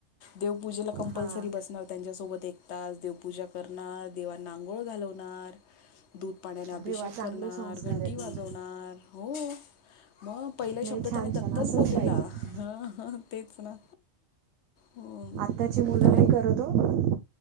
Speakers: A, on the left; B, on the right.
A: देवपूजेला कंपल्सरी
B: हां
A: बसणार त्यांच्यासोबत एक तास देवपूजा करणार देवाना आंघोळ घालवणार दूध पाण्याने अभिषेक
B: अरे वा चांगले
A: करणार
B: संस्कार
A: घंटी
B: आहेत
A: वाजवणार
B: मग
A: हो मग पहिला
B: नाही
A: शब्द
B: छान
A: त्याने दत्तच
B: छान असंच
A: बोललेल
B: पाहिजे
A: <unintelligible> तेच ना हो
B: आत्ताची मुलं
A: त्याला
B: नाही करत हो